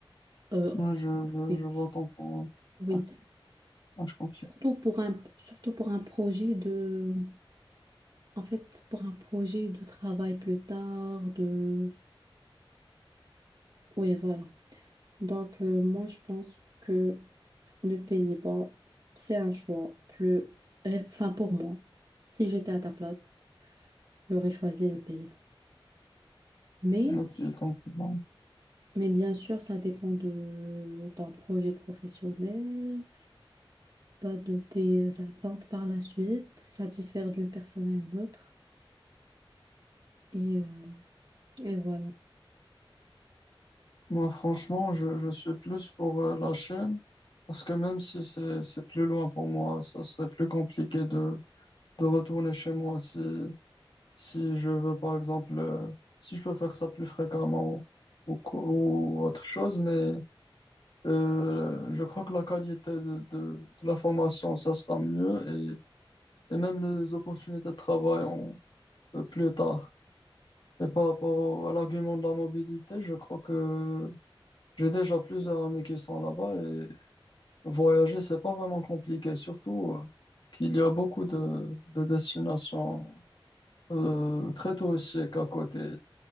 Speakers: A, on the right; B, on the left.
A: euh,
B: Moi, je, je,
A: et-
B: je vote en pour.
A: oui,
B: Ouais, moi, je confie.
A: surtout pour un, surtout pour un projet de, en fait, pour un projet de travail plus tard, de, oui, voilà. Donc, euh, moi, je pense que le Pays-Bas, c'est un choix plus... Enfin, pour moi, si j'étais à ta place, j'aurais choisi le Pays-Bas. Mais,
B: Ok, donc, bon.
A: mais bien sûr, ça dépend de ton projet professionnel, bah, de tes attentes par la suite. Ça diffère d'une personne à une autre. Et, euh, et voilà.
B: Moi, franchement, je, je suis plus pour euh, la Chine, parce que même si c'est, c'est plus loin pour moi, ça serait plus compliqué de, de retourner chez moi si, si je veux, par exemple, euh, si je peux faire ça plus fréquemment ou, quoi- ou autre chose, mais euh, je crois que la qualité de, de, de la formation, ça sera mieux et, et même les opportunités de travail en, euh, plus tard. Et par rapport au- à l'argument de la mobilité, je crois que j'ai déjà plusieurs amis qui sont là-bas et voyager, c'est pas vraiment compliqué, surtout euh, qu'il y a beaucoup de, de destinations euh, très touristiques à côté.